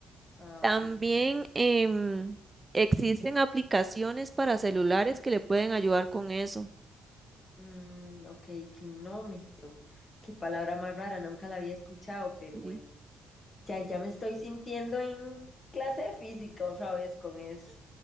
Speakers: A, on the left (about 30°); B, on the right (about 20°).
A: Ah,
B: También
A: ok.
B: em, existen aplicaciones para celulares que le pueden ayudar con eso.
A: Mm, ok, clinómetro. Qué palabra más rara, nunca la había escuchado, pero
B: Sí.
A: bueno, ya, ya me estoy sintiendo en clase de física otra vez con eso.